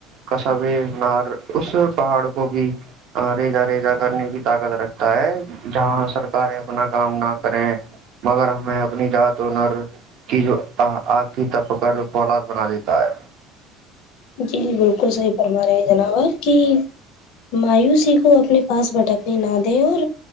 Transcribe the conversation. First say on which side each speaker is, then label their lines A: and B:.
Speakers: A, on the right (about 60°); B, on the left (about 70°).
A: کصبے مار اس پہاڑ کو بھی ریزا ریزا کرنے بھی طاقت رکھتا ہے جہاں سرکاریں اپنا کام نہ کریں مگر ہمیں اپنی ات ونر کی آخھی تپ کر اولاد بنا دیتی <inaudible>
B: جی جی بالکل صحیح فرما رہے ہیں جناب آپ کی مایوسی کو اپنے پاس بھٹکنے نہ دے اور